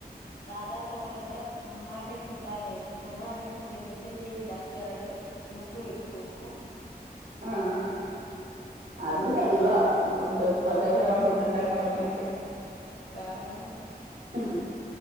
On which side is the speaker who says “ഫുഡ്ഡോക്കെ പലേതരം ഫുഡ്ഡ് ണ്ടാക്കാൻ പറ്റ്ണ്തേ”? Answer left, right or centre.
Right